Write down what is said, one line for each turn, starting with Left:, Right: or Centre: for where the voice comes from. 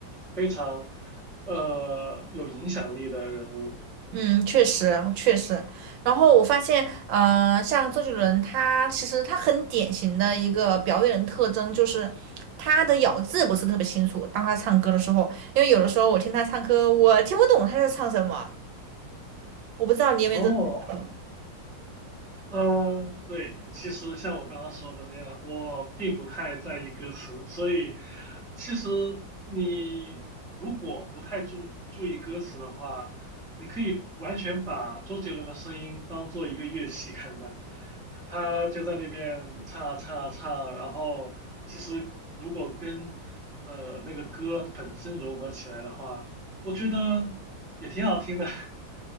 Centre: 非常。呃，有影响力的人物。
Right: 嗯，确实确实。然后我发现，呃，像周杰伦他其实他很典型的一个表演的特征就是他的咬字不是特别清楚。当他唱歌的时候，因为有的时候我听他唱歌，我听不懂他在唱什么。我不知道你有没有这种感受
Centre: 哦，呃，对，其实像我刚刚说的那样，我并不太在意歌词，所以其实你如果不太注注意歌词的话，你可以完全把周杰伦的声音当做一个乐器看待，他就在那边唱啊唱啊唱啊然后其实如果跟呃那个歌本身融合起来的话，我觉得也挺好听的。<laughs>